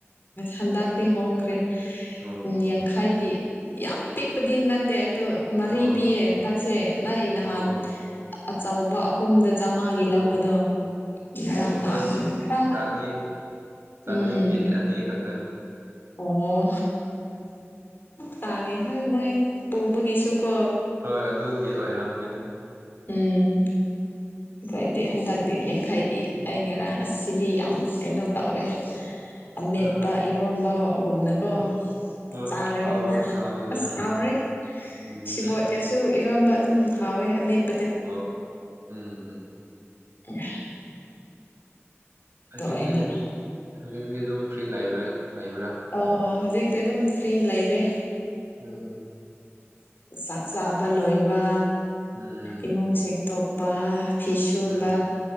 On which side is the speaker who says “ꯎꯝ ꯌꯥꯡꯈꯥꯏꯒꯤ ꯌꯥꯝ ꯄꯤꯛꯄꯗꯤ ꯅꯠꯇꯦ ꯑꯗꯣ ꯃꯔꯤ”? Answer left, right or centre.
Left